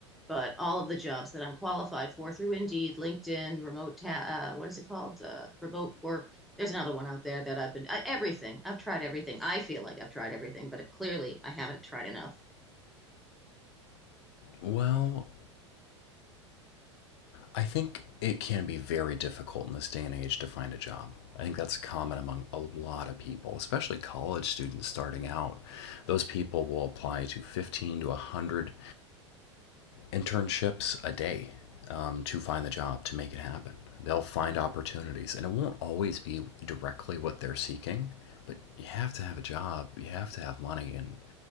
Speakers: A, in the centre; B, on the left (about 60°).
A: but all of the jobs that I'm qualified for through Indeed, LinkedIn, remote, ta- uh, what is it called? Uh, remote work. There's another one out there that I've been, I, everything. I've tried everything. I feel like I've tried everything, but it, clearly I haven't tried enough.
B: Well, I think it can be very difficult in this day and age to find a job. I think that's common among a lot of people, especially college students starting out. Those people will apply to 15 to 100 internships a day um, to find the job to make it happen. They'll find opportunities, and it won't always be directly what they're seeking. But you have to have a job, you have to have money, and